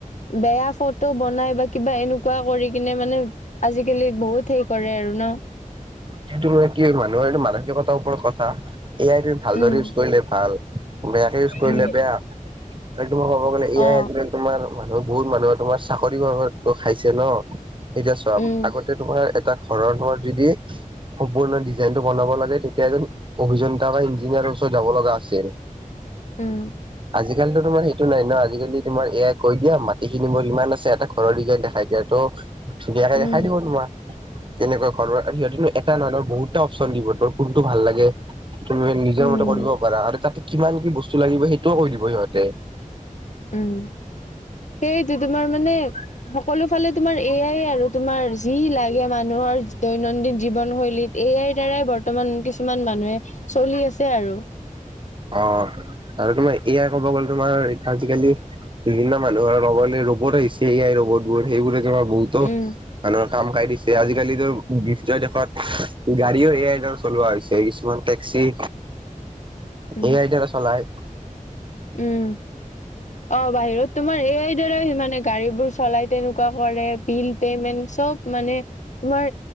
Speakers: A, on the left (about 60°); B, on the right (about 35°).
A: বেয়া ফটো বনাই বা কিবা এনেকুৱা কৰি কিনে মানে আজিকালি বহুত হেই কৰে আৰু ন
B: এইটো মানে কি মানুহৰ এইটো মানসিকিকতাৰ ওপৰত কথা এ আই তুমি ভালদৰে
A: উম
B: ইউজ কৰিলে ভাল বেয়াকৈ ইউজ কৰিলে
A: উম
B: বেয়া তম ক'ব গ'লে এয়াই
A: অ
B: আজিলে তোমাৰ মানুহ বহুত মানুহে তোমাৰ চাকৰিৰত ত খাইছে ন এতিয়া চাম
A: উম
B: আগতে তোমাৰ এটা ঘৰৰ যদি সপূৰ্ন ডিজাইন টো বনাব লাগে তেতিয়া এজন অভিযন্তা বা ইঞ্জিনিয়াৰৰ ওচৰত যাব লগা আছে
A: উম
B: আজি কালিতো তোমাৰ টো নাই ন আজিকালি তোমাৰ এ আই ক কৈ দিয়া মাটি খিনি মোৰ ইমান আছে এটা ঘৰৰ দিঘে দেখাই দিয়া তো ধুনীয়াকে
A: উম
B: দেখাই দিব তোমাক কেনেকুৱা ঘৰৰ আৰ্হি তাৰ নহয় ন বহুত তাও চন্দীপতৰ কোনটো ভাল লাগে তুমি নিজৰ
A: উম
B: মতে কৰিব পাৰা আৰু তাতে কিমান কি বস্তু লাগিব সেই সেইটোও কৈ দিব সিহঁতে
A: উম সেইটো তোমাৰ মানে সকলো ফালে তোমাৰ এ আইৰ আৰু তোমাৰ যি লাগে মানুহৰ দৈনন্দিন জীৱনশৈলীত এ আইৰ দ্বাৰাই বৰ্তমান কিছুমান মানুহে চলি আছে আৰু
B: অ আৰু তোমাৰ এ আই ক'ব গ'লে তোমাৰ আজিকালি বিভিন্ন মানুহৰ ক'ব গলে ৰ'বত আহিছে এ আই ৰবত বোৰ সেইবোৰে বহুতো
A: উম
B: মানুহৰ কাম কাই দিছে আজিকালিতো বিশ্বই দেশত গাড়ীও এ আইৰ দ্বাৰা চলোৱা হৈছে কিছুমান টেক্সি
A: উম
B: এ আইৰ দ্বাৰা চলাই
A: উম অ বাহিৰত তোমাৰ এ আইৰ দ্বাৰা মানে গাড়ীবোৰ চলাই তেনেকুৱা কৰে বিল পেমেণ্ট চব মানে তোমাৰ